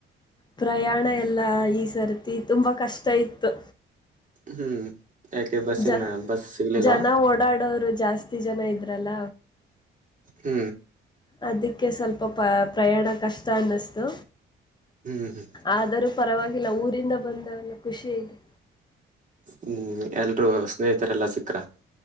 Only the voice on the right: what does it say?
ಹ್ಮ್ ಯಾಕೆ ಬಸ್ಸಿನ
ಬಸ್ ಸಿಗ್ಲಿಲ್ವಾ
ಹ್ಮ್
ಹ್ಮ್ ಹ್ಮ್
ಹ್ಮ್ ಎಲ್ರೂ ಸ್ನೇಹಿತರೆಲ್ಲ ಸಿಕ್ರಾ.